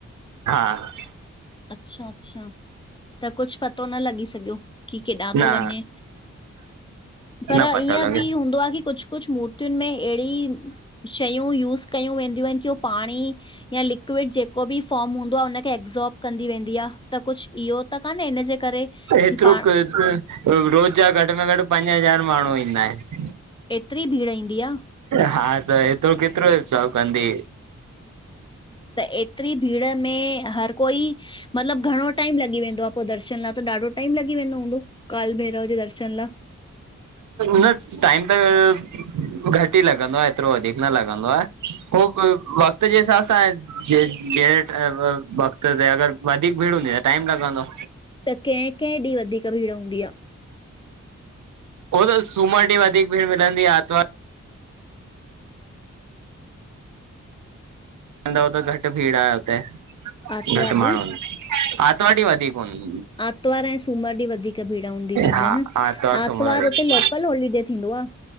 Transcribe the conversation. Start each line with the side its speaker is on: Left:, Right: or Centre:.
Right: हा। <unintelligible>
Left: अच्छा- अच्छा, त कुछु पतो न लॻी सघियो। कि केॾां
Right: न
Left: थो वंञे, पर
Right: न पतो
Left: ईअं
Right: लॻे
Left: बि हूंदो आ कि कुछु कुछु मूर् भितियुन में अहिड़ी शयूं यूज़ कयूं वेंदियूइन कि हो पाणी या लिक्विड जेको बि फॉर्म हूंदो आ उनखे एक् ऐब्सॉर्ब कंदी वेंदी आ, त कुछु इयो त कान्हे इन जे करे
Right: हेतिरो
Left: की पाण
Right: रोज़ जा घटि में घटि पंज हज़ार माण्हू ईंदा आहिनि।
Left: एतिरी भीड़ ईंदी आ?
Right: हा त एतिरो केतिरो ऐब्सॉर्ब कंदी।
Left: त एतिरी भीड़ में हर कोई मतिलब घणो टाइम लॻी वेंदो आ पो, दर्शन लाए त ॾाढो टाइम लॻी वेंदो हूंदो काल भैरव जे दर्शन लाए।
Right: न टाइम त <unintelligible> घटि ई लॻंदो आ, एतिरो वधीक न लॻंदो आ। हो वक़्त जे हिसाब सां जे व वक़्त ते अगर वधीक भीड़ हूंदी त टाइम लॻंदो।
Left: त कैं कैं ॾींहुं वधीक भीड़ हूंदी आ?
Right: उहो त सूमर ॾींहुं वधीक भीड़ मिलंदी आ आर्तवार ओ त घटि भीड़ आ हुते,
Left: आर्तवार
Right: घटि
Left: ॾींहुं
Right: माण्हू इन, आर्तवार ड़ींहुं वधीक हूनि
Left: आर्तवार ऐं सूमर ॾीं वधीक भीड़ हूं दी हूंदी
Right: हा
Left: आ न।
Right: आर्तवार
Left: आर्तवारु
Right: सूमर वधीक
Left: उते लोकल होलीडे थींदो आ?